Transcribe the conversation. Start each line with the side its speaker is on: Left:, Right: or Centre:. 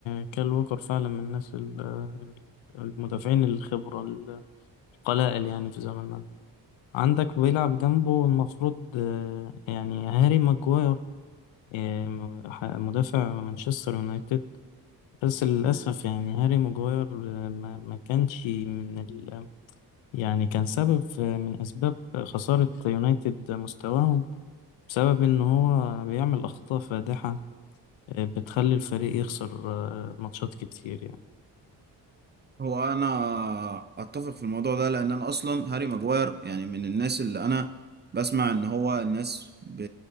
Left: كال ووكر فعلا من الناس ال- المدافعين الخبرة القلائل يعني في زماننا ده. عندك بيلعب جنبه المفروض آه، يعني هاري ماجواير آه، م- ح- مدافع مانشستر يونايتد بس للأسف يعني هاري ماجواير آه، ما ما كانش من ال يعني كان سبب في- من أسباب خسارة يونايتد مستواهم بسبب إن هو بيعمل أخطاء فادحة آه، بتخلي الفريق يخسر آه، ماتشات كتير يعني
Right: هو انا اتفق في الموضوع ده لان انا اصلا هاري ماجواير يعني من الناس اللي انا بسمع ان هو الناس ب...